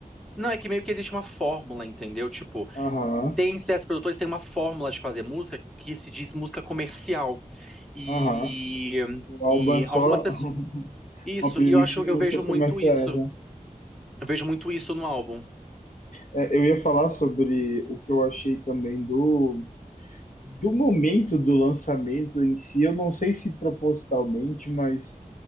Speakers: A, in the centre; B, on the left.
A: Não, é que meio que existe uma fórmula, entendeu? Tipo,
B: Aham,
A: tem certos produtores que têm uma fórmula de fazer música que se diz música comercial. E,
B: aham. O álbum
A: e
B: é só
A: algumas pessoas.
B: <laughs>
A: Isso,
B: uma playlist
A: e eu acho,
B: de
A: eu
B: músicas
A: vejo muito
B: comerciais,
A: isso.
B: né?
A: Eu vejo muito isso no álbum.
B: É, eu ia falar sobre o que eu achei também do, do momento do lançamento em si. Eu não sei se propositalmente, mas